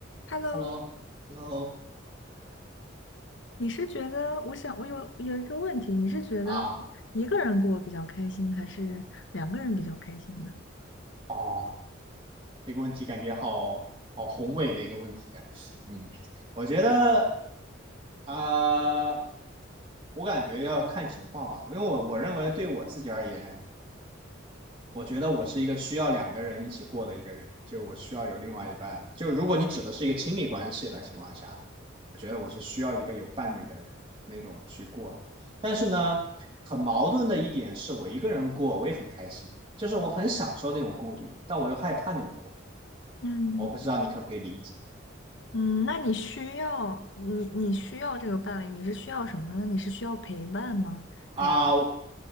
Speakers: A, on the left; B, on the right.
A: Hello，
B: Hello，Hello，
A: 你是觉得，我想我有有一个问题，你是觉得一个人过比较开心，
B: 啊，
A: 还是两个人比较开心呢？
B: 哦，这个问题感觉好好宏伟的一个问题感，嗯，我觉得啊、我感觉要看情况吧，因为我我认为对我自己而言，我觉得我是一个需要两个人一起过的一个人，就我需要有另外一半。就如果你指的是一个亲密关系的情况下，我觉得我是需要一个有伴侣的人那种去过的。但是呢，很矛盾的一点是我一个人过，我也很开心，就是我很享受那种孤独，但我又害怕那种孤独。
A: 嗯
B: 我不知道你可不可以理解
A: 嗯，那你需要你你需要这个伴侣，你是需要什么呢？你是需要陪伴吗？还是
B: 啊？